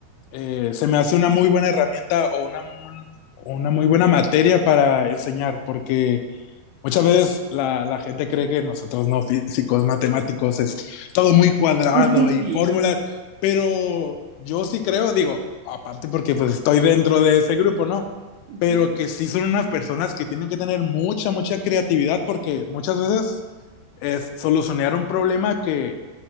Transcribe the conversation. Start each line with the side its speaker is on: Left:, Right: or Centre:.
Left: eh, se me hace una muy buena herramienta o una, mun- una muy buena materia para enseñar, porque Muchas veces la, la gente cree que nosotros no físicos, matemáticos, es todo muy cuadrado
Right: <laughs>
Left: y
Right: Sí.
Left: fórmulas, pero yo sí creo, digo, aparte porque pues estoy dentro de ese grupo, ¿no?
Right: Ujú.
Left: Pero que sí son unas personas que tienen que tener mucha, mucha creatividad porque muchas veces es solucionar un problema que